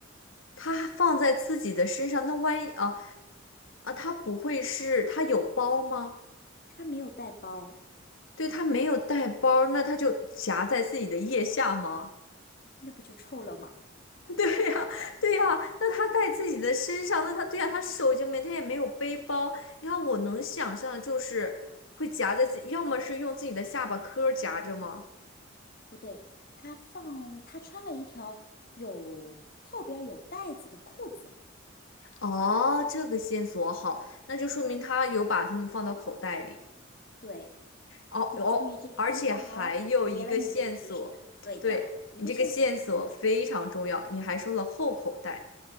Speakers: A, on the left; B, on the left.
A: 他放在自己的身上，那万一啊？啊，他不会是他有包吗？
B: 他没有带包。
A: 对，他没有带包，那他就夹在自己的腋下吗？
B: 那不就臭了吗？
A: <laughs> 对呀，对呀，那他带自己的身上，那他对呀，他手已经没，他也没有背包。你看，我能想象的就是会夹在自己，要么是用自己的下巴颏儿夹着吗？
B: 不对，他放他穿了一条有后边儿有袋子的裤子。
A: 哦，这个线索好，那就说明他有把它们放到口袋里。
B: 对，
A: 哦哦，
B: 请注意这一句话哦，
A: 而且还有一个线索，
B: 我给了你一个提示，对的，
A: 对，
B: 一个线索。
A: 你这个线索非常重要，你还说了后口袋。